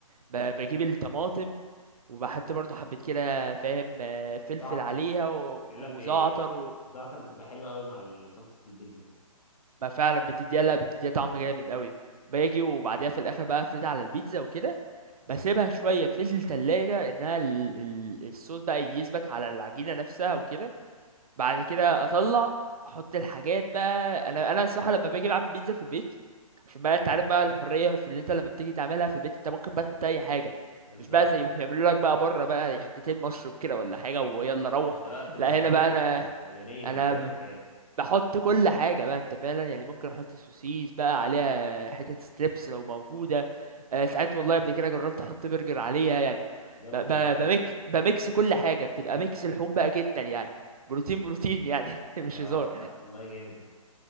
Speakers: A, on the right; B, on the left.
A: ب- بجيب الطماطم وبحط برضو حبيت كده فاهم آه، فلفل
B: زعتر
A: عليها و-
B: بيقول
A: وزعتر
B: لك بي... بي-
A: و...
B: الزعتر بتبقى حلوه قوي مع ال- صلصه البيتزا
A: ما فعلا بتديها لا بتديها طعم جامد قوي باجي وبعدها في الاخر بقى افردها على البيتزا وكده بسيبها شويه في التلاجة انها ال- ال- الصوص بقى يثبت على العجينه نفسها وكده بعد كده اطلع احط الحاجات بقى انا انا الصراحه لما باجي بعمل بيتزا في البيت عشان بقى انت عارف بقى الحريه في اللي انت لما بتيجي تعملها في البيت انت ممكن بقى تحط اي حاجه
B: بالظبط
A: مش بقى زي
B: اه
A: ما بيعملوا لك بقى بره بقى حتتين مشروب كده ولا حاجه ويلا روح
B: ده بقى بتبقى
A: لا
B: غنيه
A: هنا بقى انا
B: بتبقى غنيه
A: انا
B: مليانه حاجات
A: بحط كل حاجة بقى انت فعلا يعني ممكن احط سوسيس بقى عليها حتة ستريبس لو موجودة آه ساعات والله قبل كده جربت احط برجر عليها يعني
B: يلا
A: ب ب
B: بينا
A: بميك بميكس كل حاجة بتبقى ميكس لحوم بقى جدا يعني بروتين بروتين يعني <laughs> مش
B: اه
A: هزار
B: والله والله جامد